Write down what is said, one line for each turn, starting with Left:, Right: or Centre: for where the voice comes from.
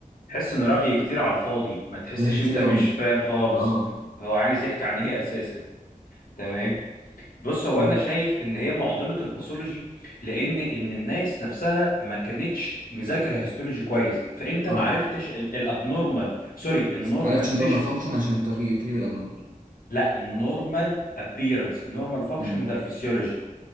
Left: تحس ان رغي كتير على الفاضي ما تحسش
Right: غير
Left: انت
Right: كتير قوي
Left: مش فاهم خالص
Right: اه
Left: هو عايز يحكي عن ايه اساسا تمام بص هو
Right: مم.
Left: انا شايف ان هي معضله الباثولوجي لان ان الناس نفسها ما كانتش مذاكره هيستولوجي كويس فانت
Right: اه
Left: ما عرفتش الابنورمال سوري النورمال
Right: بس عرفتش النورمال
Left: تيشو
Right: فانكشن عشان تغير تغيب الابنورمال
Left: لا النورمال ابييرنس النورمال فانكشن
Right: امم
Left: ده الفسيولوجي